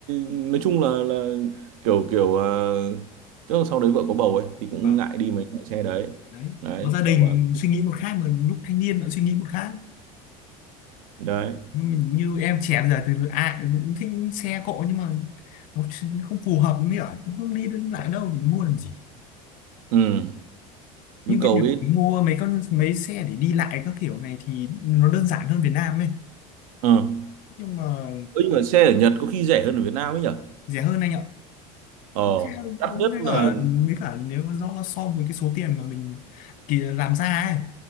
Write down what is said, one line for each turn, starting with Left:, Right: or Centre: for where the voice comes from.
Right: nói chung là là kiểu kiểu ờ, chắc là sau đấy vợ có bầu ấy thì cũng
Left: vâng
Right: ngại đi mấy loại xe đấy
Left: đấy
Right: đấy
Left: có gia đình
Right: vợ bảo
Left: suy nghĩ một khác mà lúc thanh niên lại suy nghĩ một khác
Right: đấy
Left: nhưng mình như em trẻ bây giờ thì ai cũng thích xe cộ nhưng mà nó ch- không phù hợp mới ở cũng không đi đến lại đâu thì mua làm gì
Right: ừ nhu
Left: như bên
Right: cầu
Left: Nhật
Right: ít
Left: thì mua mấy con mấy xe để đi lại các kiểu này thì nó đơn giản hơn Việt Nam ấy
Right: ờ ừ.
Left: nhưng mà
Right: nhưng mà xe ở Nhật có khi rẻ hơn ở Việt Nam ấy nhở
Left: rẻ hơn anh ạ
Right: ờ
Left: Xe
Right: đắt
Left: cũng
Right: nhất
Left: mới
Right: là
Left: cả mới cả nếu mà do so với cái số tiền mà mình kỳ làm ra ấy